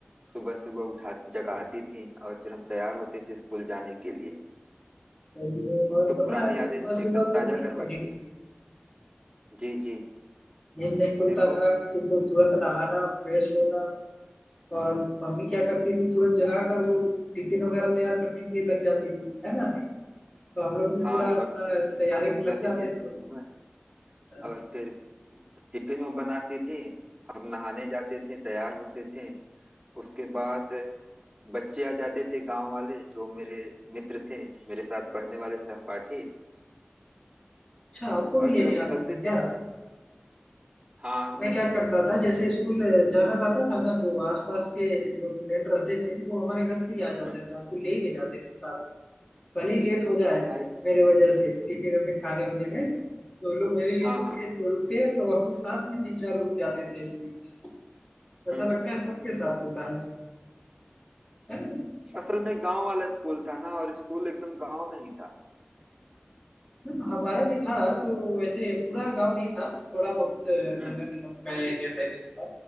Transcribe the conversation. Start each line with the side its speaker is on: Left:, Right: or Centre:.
Right: सुबह सुबह उठा जगाती थी और फिर हम तैयार होते थे स्कूल जाने के लिए
Left: सही है
Right: तुम
Left: और
Right: तो
Left: पता
Right: पुरानी
Left: है
Right: यादें
Left: सुबह
Right: एकदम
Left: सुबह तो
Right: ताजा
Left: नींद
Right: करवा
Left: भी नहीं
Right: दिए
Left: खुलती थी
Right: जी जी
Left: नींद नहीं खुलता
Right: देखो
Left: था तुमको तुरंत नहाना फ्रेश होना और मम्मी क्या करती थी तुरंत जगा कर वो टिफिन वगैरह तैयार करने के लिए लग जाती थी है ना तो हम लोग भी
Right: हाँ
Left: पूरा
Right: मम्मी
Left: अपना
Right: देखिए
Left: तैयारी
Right: खाना
Left: में
Right: बनाती
Left: लग जाते
Right: थी सुबह
Left: थे
Right: सुबह
Left: अच्छा
Right: और फिर टिफिन वो बनाती थी हम नहाने जाते थे तैयार होते थे उसके बाद बच्चे आ जाते थे गांव वाले जो मेरे मित्र थे मेरे साथ पढ़ने वाले सहपाठी
Left: आपको भी
Right: और
Left: लेने
Right: फिर हम निकलते
Left: आते थे क्या
Right: थे हाँ
Left: मैं
Right: नहीं
Left: क्या करता था जैसे स्कूल जाना रहता था ना तो आसपास के जो फ्रेंड रहते थे वो हमारे घर पे ही आ जाते
Right: हम्म,
Left: थे हमको ले के जाते थे साथ भले ही लेट हो जाए
Right: भाई
Left: मेरे वजह से टिफिन वफिन खाने होने में तो लोग मेरे लिए
Right: हाँ
Left: रुक
Right: हाँ
Left: के जो रुकते हैं तो हम लोग साथ में तीन चार लोग जाते थे स्कूल में ऐसा
Right: हम्म
Left: लगता
Right: हम्म
Left: है सबके साथ होता है है ना
Right: असल में गांव वाला स्कूल था ना और स्कूल एकदम गांव में ही था
Left: हम- हमारा भी था तो वैसे पूरा गांव नहीं था थोड़ा बहुत अ,
Right: हम्म
Left: नगर निगम का एरिया टाइप से था